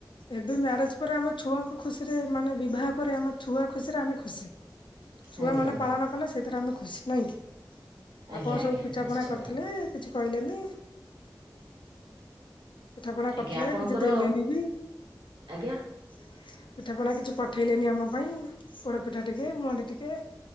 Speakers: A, on the left; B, on the right.
A: ଏବେ ମ୍ୟାରେଜ୍ ପରେ ଆମ ଛୁଆଙ୍କ ଖୁସିରେ ମାନେ ବିବାହ ପରେ ଆମ ଛୁଆ ଖୁସିରେ ଆମେ ଖୁସି। ଛୁଆମାନେ
B: ଆଜ୍ଞା ଆଜ୍ଞା
A: ପାଳନ କଲେ ସେଇଥିରେ ଆମେ ଖୁସି ନାଇଁକି?
B: ଆଜ୍ଞା
A: ଆଉ କଣ
B: ଆଜ୍ଞା
A: ସବୁ ପିଠା
B: ନିଶ୍ଚିନ୍ତ
A: ପଣା କରିଥିଲେ କିଛି କହିଲେନି। ପିଠା ପଣା କରିଥିଲେ
B: ଆଜ୍ଞା ଆପଣଙ୍କର
A: କିଛି ଦେଲେନି ବି।
B: ଆଜ୍ଞା।
A: ପିଠା ପଣା କିଛି ପଠେଇଲେନି ଆମ ପାଇଁ ପୋଡ ପିଠା ଟିକେ ମୁହାଣ୍ଡି ଟିକେ।